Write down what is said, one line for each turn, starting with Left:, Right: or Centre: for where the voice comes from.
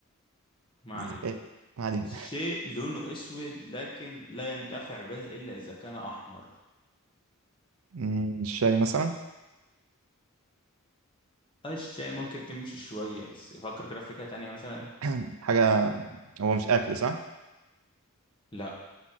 Left: ما
Right: الذكاء
Left: علينا
Right: ما علينا
Left: شيء لونه اسود لكن لا ينتفع به الا اذا كان احمر
Right: مم، الشاي مثلا
Left: الشيء ممكن تمشي شوية بس فكر كده في فكرة تانية مثلا
Right: <clears throat> حاجه هو مش اكل صح
Left: لا